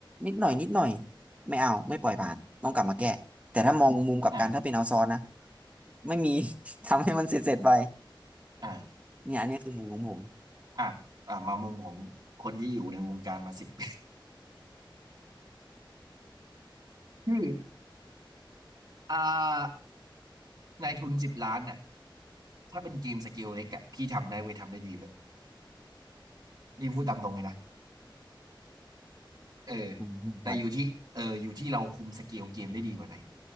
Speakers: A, on the right; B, on the right.
A: นิดหน่อยนิดหน่อยไม่เอาไม่ปล่อยผ่านต้องกลับมาแก้
B: อ่
A: แต่ถ้ามองมุมกลับกันถ้าเป็นเอาซอนนะ
B: า
A: ไม่มี <laughs> ทำให้มันเสร็จๆไป
B: อ่า
A: เนี่ยอันนี้คือมุมของผม
B: อ่ะอ่ะมามุมของคนที่อยู่ในวงการมาสิบ <laughs> คืออ่านายทุนสิบล้านน่ะถ้าเป็นเกมสเกลเล็กอะพี่ทำได้เว้ยทำได้ดีด้วยนี่พูดตามตรงเลยนะเออ
A: อืมครับ
B: แต่อยู่ที่เอออยู่ที่เราคุมสเกลเกมได้ดีกว่าไหน